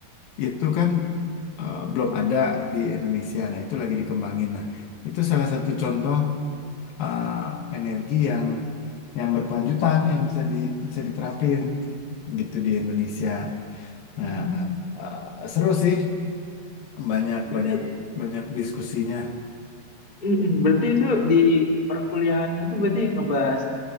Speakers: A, on the left; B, on the left.
A: itu kan eh, belum ada di Indonesia. Nah, itu lagi dikembangin. Nah, itu salah satu contoh eh, energi yang yang berkelanjutan yang bisa di, bisa diterapin gitu di Indonesia. Nah,
B: Hmm.
A: eh, seru sih, banyak
B: Berarti
A: banyak banyak diskusinya.
B: mm-mm. Berarti itu di perkuliahannya itu berarti ngebahas